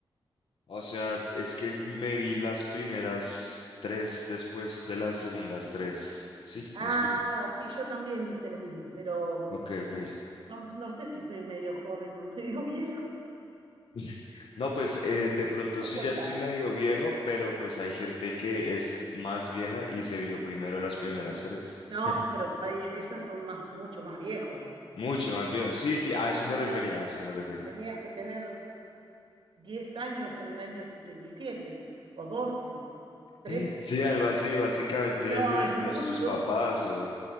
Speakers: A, on the left; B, on the right.
A: O sea, es que me vi las primeras tres después de las segundas tres. ¿Sí?
B: Ah,
A: ¿Me explico?
B: sí, yo también hice lo mismo, pero
A: Ok, ok.
B: no, me- no sé si soy medio joven o <laughs> medio viejo.
A: <laughs> No, pues eh, de pronto
B: ¿Cómo
A: sí
B: cuenta?
A: ya estoy medio viejo, pero pues hay gente que es más vieja y se vio primero las primeras tres.
B: No,
A: <laughs>
B: pero hay- esas son más, mucho más viejos.
A: Mucho más viejo. Sí, sí, a
B: Y
A: eso me
B: ya
A: refería, a eso me refería.
B: tenías que tener 10 años en el año 77 o 12 o 13.
A: Sí, Sí, algo así, básicamente
B: No,
A: nue-
B: es
A: nuestros
B: mucho.
A: papás
B: <laughs>
A: o,